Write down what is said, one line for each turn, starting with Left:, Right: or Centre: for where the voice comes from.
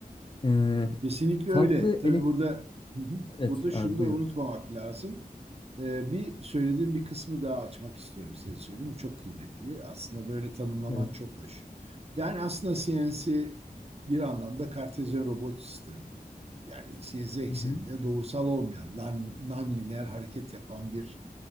Left: E,
Right: Kesinlikle
Left: farklı
Right: öyle. Tabii
Left: elek...
Right: burada Hı hı.
Left: Evet
Right: burada şunu
Left: abi
Right: da
Left: buyur.
Right: unutmamak lazım. Ee, bir söylediğim bir kısmı daha açmak istiyorum size söyleyeyim. Bu çok kıymetli. Aslında böyle tanımlaman
Left: Evet.
Right: çok hoş. Yani aslında CNC bir anlamda Kartezyen robot sistemi. Yani X, Y, Z ekseninde
Left: Hı hı.
Right: doğrusal olmayan, non, non-lineer hareket yapan bir